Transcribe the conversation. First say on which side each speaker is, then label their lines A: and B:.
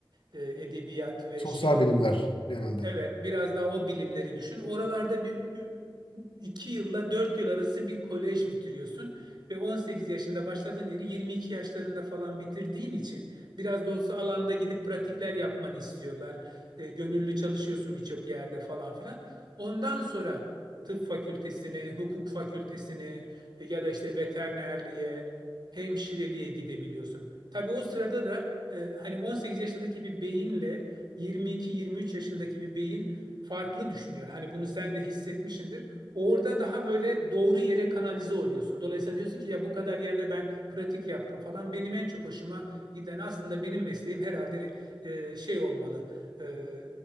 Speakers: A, on the right; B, on the left.
A: e, edebiyat ve
B: Sosyal
A: şey
B: bilimler genelde.
A: Evet, biraz daha o bilimleri düşün. Oralarda bir e, iki yılla dört yıl arası bir kolej bitiriyorsun ve 18 yaşında başladığın yeri 22 yaşlarında falan bitirdiğin için biraz da olsa alanda gidip pratikler yapmanı istiyorlar. E, gönüllü çalışıyorsun birçok yerde falan filan. Ondan sonra tıp fakültesine, hukuk fakültesine e, ya da işte veterinerliğe, hemşireliğe gidebiliyorsun. Tabii o sırada da e, hani 18 yaşındaki bir beyinle 22-23 yaşındaki bir beyin farklı düşünüyor. Hani bunu sen de hissetmişsindir. Orada daha böyle doğru yere kanalize oluyorsun. Dolayısıyla diyorsun ki ya bu kadar yerde ben pratik yaptım falan. Benim en çok hoşuma giden aslında benim mesleğim herhalde e, şey olmalı. e,